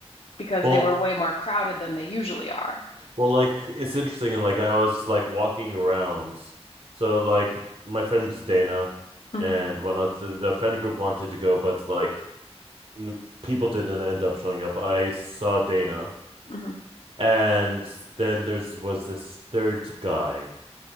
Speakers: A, on the left; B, on the right.
A: because
B: Well,
A: they were way more crowded than they usually are.
B: Well, like it's interesting, and like I was like walking around, so like my friends Dana
A: hmm
B: and whatnot, the, the friend group wanted to go, but like n- people didn't end up showing up. I saw Dana,
A: hmm
B: and then there's was this third guy,